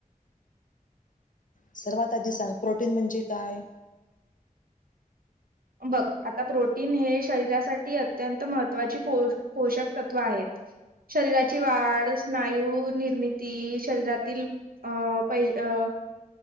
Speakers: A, on the left (about 65°); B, on the right (about 80°).
A: सर्वात आधी सांग प्रोटीन म्हणजे काय.
B: बघ आता प्रोटीन हे शरीरासाठी अत्यंत महत्त्वाची पो पोषक तत्त्व आहेत. शरीराची वाढ स्नायू निर्मिती शरीरातील. अ पहि अ.